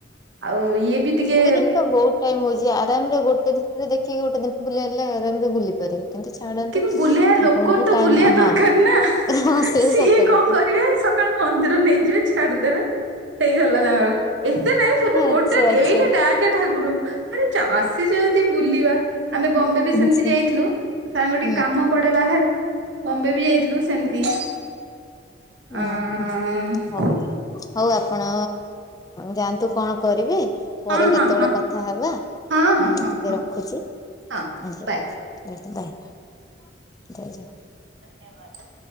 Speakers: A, on the right (about 75°); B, on the left (about 20°).
A: ଆଉ ଇଏ ବି ଟିକେ
B: ଦୁଇ ଦିନ ତ ବହୁତ ଟାଇମ ହଉଛି ଆରାମରେ ଗୋଟେ ଜିନିଷ ରେ ଦେଖିକି ଗୋଟେ ଜିନଷ ବୁଲ ଆଣେ ଆରାମରେ ବୁଲି ପାରିବେ କିନ୍ତୁ ଛାଡନ୍ତୁ
A: କିନ୍ତୁ ବୁଲେଇବା ଲୋକ
B: ଆପଣଙ୍କୁ
A: ତ
B: ଟାଇମ
A: ବୁଲେଇବା
B: ହଁ
A: ଦରକାର ନା
B: ହଁ ସେ
A: ସିଏ
B: ସତ
A: କଣ
B: କଥା।
A: କରିବେ କାଳୁ ମନ୍ଦିର ନେଇଯିବେ ଛାଡିଦେବେ। ହେଇଗଲା ତାଙ୍କର ଏତେ ନାଇଁ
B: ଆଚ୍ଛା
A: ଗୋଟେ
B: ଆଚ୍ଛା
A: ଏଇଟା ଡାକେ ଠାକୁରଙ୍କୁ ଆରେ ଚା ଆସିଚେ ଜ ଏମିତି ବୁଲିବା ଆମେ ବମ୍ବେ ବି
B: ଆଚ୍ଛା
A: ସେମିତି ଯାଇଥିଲୁ ସାଙ୍ଗ ଟିକେ
B: ହୁଁ।
A: କାମ ପଡେ ବାହାରେ ବମ୍ବେ ବି ଯାଇଥିଲୁ ସେମିତି
B: ଓହୋ
A: ଅଁ
B: ହଉ ହଉ ଆପଣ ଯାଆନ୍ତୁ କଣ କରିବେ
A: ହଁ
B: ପରେ
A: ହଁ
B: କେତେବେଳେ
A: ହଁ
B: କଥା ହେବା ମୁଁ
A: ହଁ ହଁ ହଁ
B: ଟିକେ
A: ହଁ
B: ରଖ ଖୁଛି
A: ହଁ
B: ଆଜ୍ଞା
A: ବାଏ
B: ବାଏ <unintelligible>
A: ଧନ୍ୟବାଦ।